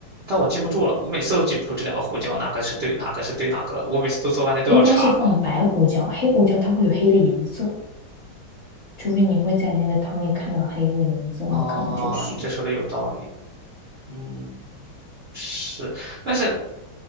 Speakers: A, on the right; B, on the left.
A: 但我记不住了，我每次都记不住这两个胡椒哪个是对哪个是对哪个，我每次都做饭前都要查
B: 应该是放白胡椒，黑胡椒它会有黑的颜色，除非你会在那个汤里看到黑的颜色，
A: 啊。
B: 那可能就是
A: 你这说的有道理，嗯，是，但是